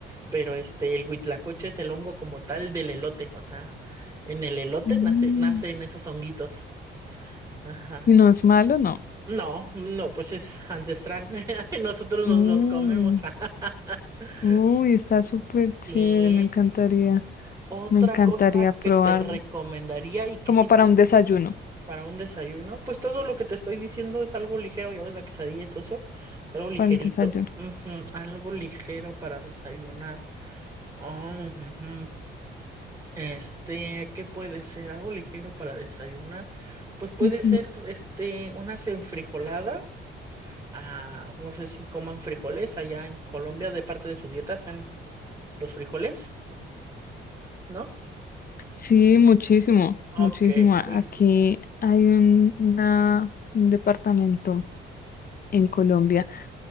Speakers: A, on the right (about 20°); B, on the left (about 45°).
A: pero este, el huitlacoche es el hongo como tal del elote, o sea, en el elote
B: Mm.
A: nace, nacen esos honguitos. Ajá.
B: ¿Y no es malo? No.
A: No, no, pues es ancestral. <laughs> Nosotros nos
B: Uy,
A: los comemos. <laughs>
B: uy, está súper chévere.
A: Sí.
B: Me encantaría.
A: Otra
B: Me encantaría
A: cosa
B: probarlo.
A: que te recomendaría y que
B: Como
A: sí puedes
B: para un desayuno.
A: para un desayuno, pues todo lo que te estoy diciendo es algo ligero, ya ves la quesadilla y todo eso, algo ligerito,
B: Para el desayuno.
A: Ujú, algo ligero para desayunar. Ah, ujujú. Este, ¿qué puede ser? Algo ligero para desayunar. Pues puede
B: Ujú.
A: ser, este, unas enfrijoladas Ah, no sé si coman frijoles allá en Colombia, de parte de su dieta, hacen los frijoles, ¿no?
B: Sí, muchísimo, muchísimo.
A: Ok,
B: A-
A: pues
B: Aquí hay un, una- un departamento en Colombia